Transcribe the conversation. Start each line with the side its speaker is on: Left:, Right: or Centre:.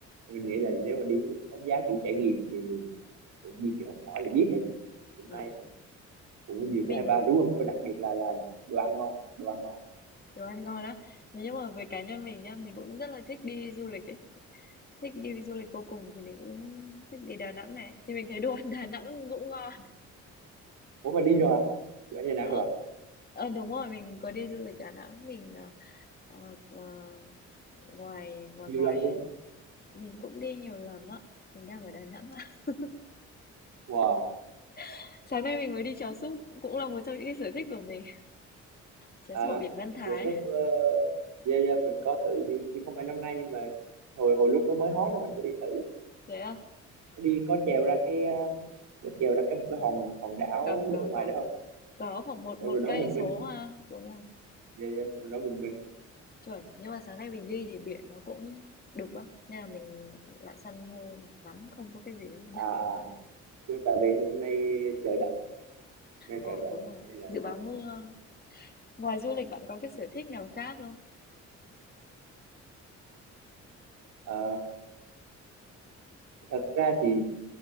Right: Thì mình nghĩ
Left: Ừ,
Right: là nếu mà đi thì đánh giá kiểu trải nghiệm thì tự nhiên thì học hỏi là biết ấy cũng
Left: ờ,
Right: hay cũng nhiều
Left: mình
Right: cái hay ba đúng không và đặc biệt là là đồ ăn ngon đồ ăn ngon
Left: đồ ăn ngon á. Thế nhưng mà với cá nhân mình nhá, mình cũng rất là thích đi du lịch ấy. Thích đi du lịch vô cùng thì mình cũng thích đi Đà Nẵng này, thì mình thấy đồ ăn Đà Nẵng cũng ngon.
Right: ủa mà đi rồi à đi ở Đà Nẵng
Left: Ờ,
Right: rồi à
Left: ờ, đúng rồi, mình có đi du lịch Đà Nẵng, mình, ờ, ờ, ờ, ngoài ngoài
Right: nhiều
Left: ngoài
Right: lần chưa
Left: mình cũng đi nhiều lần á. Mình đang ở Đà Nẵng á.
Right: wow
Left: <laughs> Sáng nay mình mới đi chèo súp, cũng là một trong những cái sở thích của mình. Chèo
Right: à
Left: súp ở biển Mân Thái.
Right: giờ sắp ờ, dạ dạ mình có thử đi nhưng không phải năm nay nhưng mà hồi hồi lúc đó mới hot đó mình có đi thử
Left: Thế à?
Right: có đi có trèo ra cái ờ, nó trèo ra cái một cái hòn hòn đảo
Left: Có có
Right: ở ngoài
Left: có
Right: đó không
Left: có khoảng một
Right: xong
Left: một
Right: rồi đó
Left: cây
Right: mình
Left: số
Right: minh
Left: ha, đúng không?
Right: dạ dạ xong đó mình minh
Left: Chuẩn, nhưng mà sáng nay mình đi thì biển nó cũng đục á, nên là mình lặn san hô nhưng mà ngắm không có cái gì hết.
Right: à à đúng tại vì hôm nay trời đậu hôm nay
Left: Ờ,
Right: trời đậu
Left: đúng rồi.
Right: cho nên là
Left: Dự
Right: là
Left: báo mưa. Ngoài du lịch bạn có cái sở thích nào khác không?
Right: ờ, thật ra thì